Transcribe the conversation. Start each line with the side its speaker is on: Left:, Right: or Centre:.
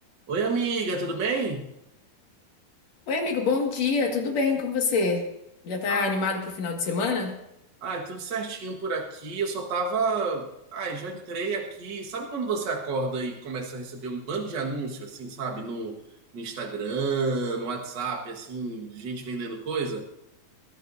Right: Oi, amiga, tudo bem?
Left: Oi, amigo, bom dia, tudo bem com você? Já tá
Right: Ah,
Left: animado pro final de semana?
Right: ai, tudo certinho por aqui. Eu só tava. Ai, já entrei aqui. Sabe quando você acorda e começa a receber um bando de anúncio, assim, sabe? No, no Instagram, no WhatsApp, assim, de gente vendendo coisa?